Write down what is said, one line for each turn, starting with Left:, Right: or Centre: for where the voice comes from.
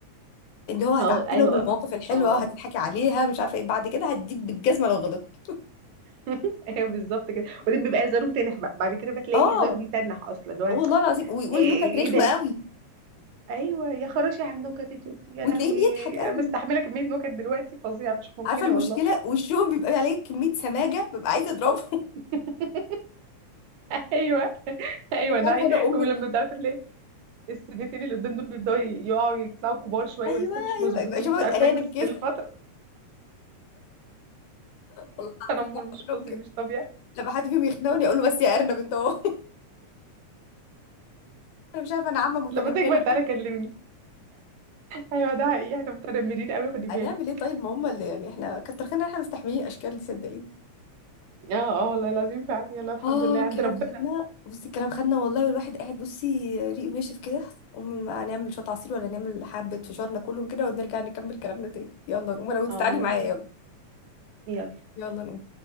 Left: اللي هو هتعدلهم
Right: اه ايوه
Left: المواقف الحلوه
Right: اه
Left: وهتضحكي عليها مش عارفه ايه بعد كده هديك بالجزمه لو غلطت
Right: <laughs> ايوه بالظبط كده وبعدين بيبقى هزارهم تنح بقى بعد كده بتلاقي
Left: اه
Right: الهزار بيتنح اصلا اللي هو
Left: والله العظيم ويقول
Right: ايه
Left: نكت رخمه
Right: ده
Left: قوي
Right: ايوه يا خراشي على النكت انت قلتي يا
Left: وتلاقيه
Right: لهوي
Left: بيضحك قوي
Right: انا مستحمله كميه نكت دلوقتي فظيعه مش ممكنه
Left: عارفه المشكله
Right: والله
Left: وشهم بيبقى عليه كميه سماجه ببقى عايزه اضربه
Right: <laughs> ايوه ايوه
Left: أنا مش
Right: ده
Left: عارفه
Right: حقيقي.
Left: انا ام
Right: ولما مش عارفه تلاقي السنتين اللي قدام دول بيبداوا يقعوا يطلعوا كبار شويه
Left: ايوه
Right: لسه مش
Left: ايوه
Right: مظبوطين
Left: يبقى شبه الارانب
Right: عارفه انت
Left: كده
Right: الفتره
Left: <laughs> والله العظيم
Right: التنمر
Left: بقول
Right: مش
Left: لهم
Right: فظيع
Left: كده
Right: مش طبيعي
Left: لما حد فيهم يخنقني اقول له بس يا ارنب انت اهو <laughs> انا مش عارفه انا عامه متنمره
Right: لما تكبر تعالى كلمني ايوه ده حقيقي احنا متنمرين قوي
Left: <laughs>
Right: خدي بالك
Left: هنعمل ايه طيب ما هم اللي يعني احنا كتر خيرنا احنا مستحملين الاشكال دي صدقيني
Right: اه اه والله العظيم فعلا يلا الحمد
Left: اه
Right: لله عند
Left: الكلام
Right: ربنا
Left: خدنا بصي الكلام خدنا والله والواحد قاعد بصي ريقه ناشف كده قوم بقى نعمل شويه عصير ولا نعمل حبه فشارنا كلهم كده ونرجع نكمل كلامنا تاني يلا نقوم انا وانت
Right: اه
Left: تعالي
Right: يلا
Left: معايا
Right: بينا
Left: يلا
Right: يلا
Left: يلا نقوم